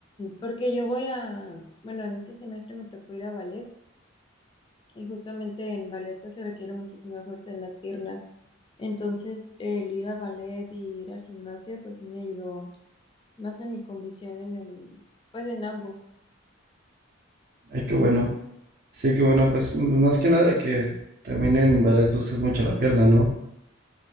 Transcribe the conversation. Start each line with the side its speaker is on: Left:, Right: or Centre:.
Left: porque yo voy a, bueno, en este semestre me tocó ir a ballet y justamente en ballet pues se requiere muchísima fuerza en las piernas. Entonces, el ir a ballet y ir al gimnasio pues sí me ayudó más en mi condición en el pues en ambos.
Right: Ay, qué bueno. Sí, qué bueno, pues m- más que nada que también en ballet usas mucho la pierna, ¿no?